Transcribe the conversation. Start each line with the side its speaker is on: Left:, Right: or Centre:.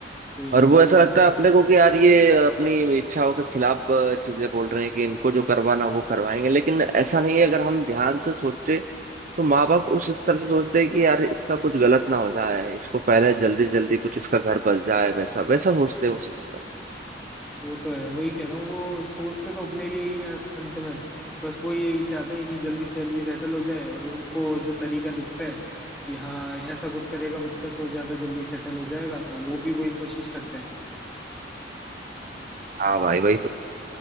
Centre: तो ये
Right: और वो
Centre: वो
Right: ऐसा लगता है अपने को कि यार ये अपनी इच्छाओं के खिलाफ अ, चीजें बोल रहे हैं कि इनको जो करवाना वो करवाएंगे लेकिन ऐसा नहीं है अगर हम ध्यान से सोचे तो माँ बाप उस स्तर से सोचते हैं कि यार इसका कुछ गलत ना हो जाए इसको पहले जल्दी जल्दी कुछ इसका घर बस जाए वैसा वैसा सोचते हैं उस स्तर
Centre: वो तो है वही कह रहा हूँ वो सोचते तो अपने लिए ही हैं अंत में बस वो यही चाहते हैं कि जल्दी से जल्दी सेटल हो जाए और उनको जो तरीका दिखता है कि हाँ ऐसा कुछ करेगा बच्चा तो ज्यादा जल्दी सेटल हो जाएगा तो वो भी वही कोशिश करते हैं
Right: हाँ भाई वही तो